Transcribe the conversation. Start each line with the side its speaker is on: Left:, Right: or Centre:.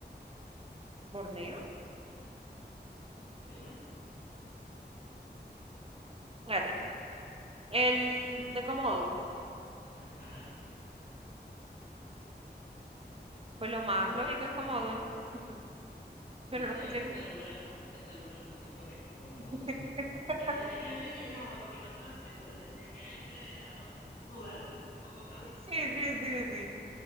Right: Borneo.
Left: ¿Segura?
Right: Espérate. El de Komodo.
Left: Ajá.
Right: Pues lo más
Left: Bor-
Right: lógico es Komodo, ¿no? <laughs> Pero
Left: y esta
Right: no estoy
Left: vez
Right: segura.
Left: te salvó la, te salvó la lógica, es correcto, Komodo.
Right: <laughs>
Left: <laughs> Pero tenía que haberme callado porque no estaba segura. Tendría que haberte dejado dudar un poco más.
Right: Sí, sí, sí, sí.